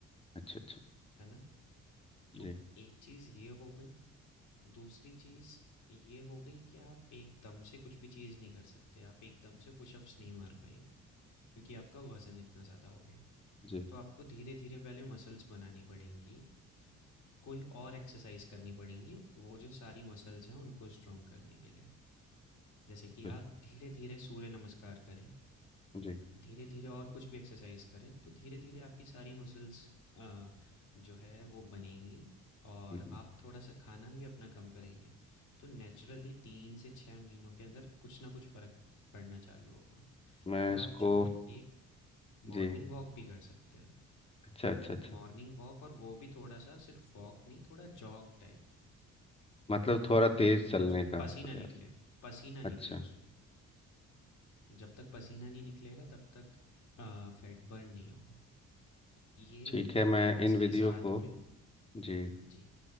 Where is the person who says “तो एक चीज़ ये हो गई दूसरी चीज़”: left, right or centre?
Left